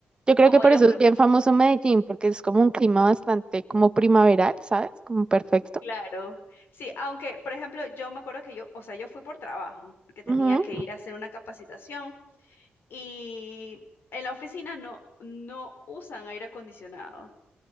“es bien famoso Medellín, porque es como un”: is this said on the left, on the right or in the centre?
Right